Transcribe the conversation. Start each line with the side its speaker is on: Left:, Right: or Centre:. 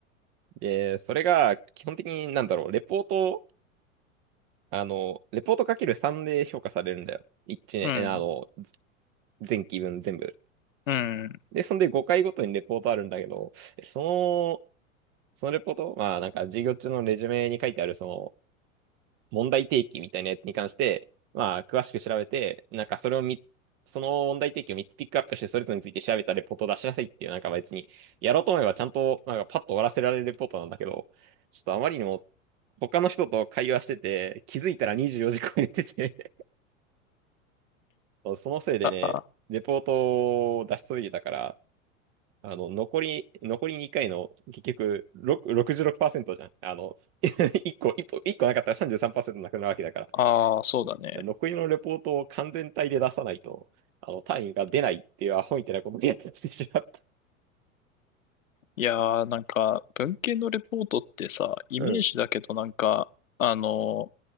Right: で、それが、基本的になんだろう、レポート、あの、レポートかける3で評価されるんだよ。1年、
Left: ー、
Right: えあの、前期分全部。
Left: うん、うん。
Right: で、そんで5回ごとにレポートあるんだけど、その、そのレポート、まあなんか授業中のレジュメに書いてあるその問題提起みたいなやつに関して、まあ詳しく調べて、なんかそれをみ、その問題提起を3つピックアップしてそれぞれについて調べたレポートを出しなさいっていう、なんか別に、やろうと思えばちゃんとなんかパッと終わらせられるレポートなんだけど、ちょっとあまりにも他の人と会話してて、気づいたら24時超えててそのせいでね、
Left: ああ、
Right: レポートを出し急いでたから、あの、残り、残り2回の、結局、6 66%じゅうろくパーセントじゃん。あの、<laughs> 1個、一個、一個なかったら33%なくなるわけだか
Left: ああ、そうだね。
Right: ら。残りのレポートを完全体で出さないと、あの、単位が出ないっていうアホみたいなことをやしてしまった。
Left: いやー、なんか、文系のレポートってさ、イメージだけどなんか、
Right: うん。
Left: あの、